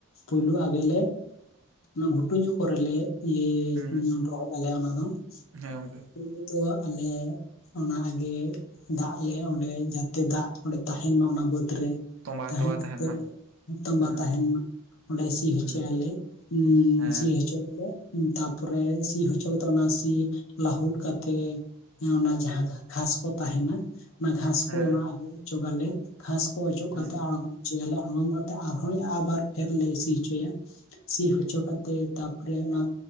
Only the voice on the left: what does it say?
ᱯᱩᱭᱞᱩ ᱟᱜᱮ ᱞᱮ ᱚᱱᱟ ᱜᱷᱩᱴᱩ ᱧᱚᱜ ᱠᱚᱨᱮᱞ ᱞᱮ ᱤᱭᱟᱹ
ᱨᱚᱦᱚᱭᱟᱞᱮ ᱚᱱᱟ ᱫᱚ ᱾ <unintelligible>
ᱟᱞᱮ ᱚᱱᱟ ᱟᱜᱮ ᱫᱟᱜ ᱞᱮ ᱚᱸᱰᱮ ᱡᱟᱛᱮ ᱫᱟᱜ ᱚᱸᱰᱮ ᱛᱟᱦᱮᱱ ᱢᱟ ᱚᱱᱟ ᱵᱟᱹᱫ ᱨᱮ ᱾
ᱛᱟᱦᱮᱸ
ᱠᱟᱛᱮ
ᱛᱚᱢᱵᱟ
ᱛᱟᱦᱮᱱ ᱢᱟ ᱚᱸᱰᱮ ᱥᱤ ᱦᱚᱪᱚᱭ
ᱟᱞᱮ ᱾ ᱩᱸᱻ
ᱥᱤ ᱦᱚᱪᱚᱭ <inaudible> ᱛᱟᱯᱚᱨᱮ ᱥᱤ ᱦᱚᱪᱚ ᱠᱟᱛᱮ ᱚᱱᱟ ᱥᱤ ᱞᱟᱹᱟᱦᱩᱫ ᱠᱟᱛᱮᱜ ᱮᱸ ᱚᱱᱟ ᱡᱟᱦᱟᱸ ᱜᱷᱟᱥ ᱠᱚ ᱛᱟᱦᱮᱱᱟ ᱾ ᱚᱱᱟ ᱜᱷᱟᱥ
ᱠᱚ ᱚᱱᱟ ᱟᱜᱮ ᱚᱪᱚᱜ ᱟᱞᱮ ᱜᱷᱟᱸᱥ ᱠᱚ ᱚᱪᱚᱜ
ᱠᱟᱛᱮ ᱟᱬ ᱦᱚᱪᱚᱭ ᱟᱞᱮ ᱟᱲᱚᱢ ᱠᱟᱛᱮ ᱟᱨᱦᱚᱸᱭ ᱟᱵᱟᱨ ᱠᱷᱮᱛ ᱞᱮ ᱥᱤ ᱦᱚᱪᱚᱭᱟ᱾ ᱥᱤ ᱦᱚᱪᱚ ᱠᱟᱛᱮᱜ ᱛᱟᱯᱚᱨᱮ ᱚᱱᱟ